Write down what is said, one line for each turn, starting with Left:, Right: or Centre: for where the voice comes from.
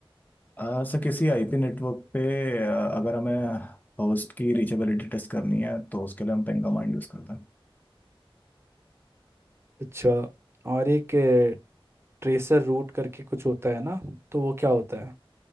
Left: आ, Sir किसी आईपी नेटवर्क पे आ, अगर हमें होस्ट की रीचेबिलिटी टेस्ट करनी है तो उसके लिए हम पिंग कमांड यूज़ करते हैं
Right: अच्छा और एक ट्रेसर रूट करके कुछ होता है ना तो वो क्या होता है